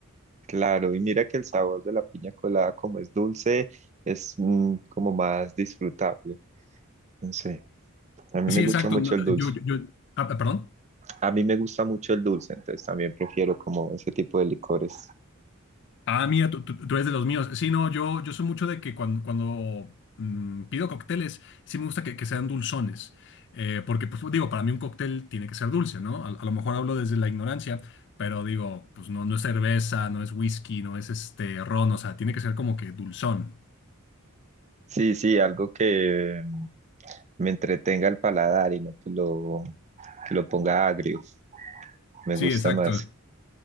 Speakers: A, on the right; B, on the left.
A: Claro, y mira que el sabor de la piña colada, como es dulce, es mm, como más disfrutable. No sé, a mí
B: Sí,
A: me gusta
B: exacto.
A: mucho
B: no,
A: el dulce.
B: yo, yo, yo- ah, perdón.
A: A mí me gusta mucho el dulce, entonces también prefiero como ese tipo de licores.
B: Ah, mira, tú, tú- tú eres de los míos. Sí, no, yo, yo soy mucho de que cuando, cuando mm, pido cócteles, sí me gusta que, que sean dulzones. Eh, porque, pues digo, para mí un cóctel tiene que ser dulce, ¿no? A, a lo mejor hablo desde la ignorancia, pero digo, pues no, no es cerveza, no es whisky, no es este ron, o sea, tiene que ser como que dulzón.
A: Sí, sí, algo que mm, me entretenga el paladar y no que lo, que lo ponga agrio. Me
B: Sí,
A: gusta
B: exacto.
A: más.